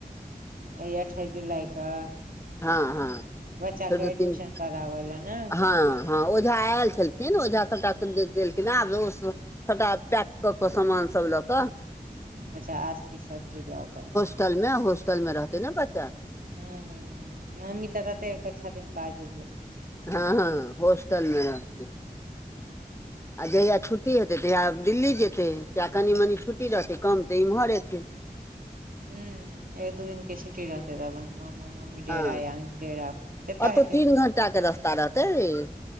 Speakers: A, on the right (about 65°); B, on the left (about 15°).
A: अइ अठाइस जुलाई कऽ
B: हँ हँ
A: बच्चा
B: फेर
A: के
B: दू
A: एडमिशन।
B: तीन
A: कराबऽ ले नऽ।
B: हँ हँ ओझा एल छेलखिन ओझा सबटा देलखिन हें आब <unintelligible> सबटा पैक कऽ समान सब लऽ कऽ।
A: अच्छा आस्ति सब चीज दऽ कऽ।
B: होस्टल मे होस्टल मे रहतै नऽ बच्चा‌।
A: हँ हँ मम्मी तऽ तते छथिन <unintelligible> जे
B: हँ हँ होस्टल में
A: हूँ
B: रहतै आ जहिया छुट्टी हेतै तहिया। दिल्ली जेतै चाह कनि -मनि छुट्टी रहतै कम तऽ एम्हर एतै।
A: हूँ एक दू दिन के छुट्टी रहतै। अपन मामा मामी डेरा
B: हँ
A: या अहीं डेरा जतऽ
B: ओतौ
A: हेतै
B: तीन
A: मोन।
B: घंटा के रस्ता रहतै।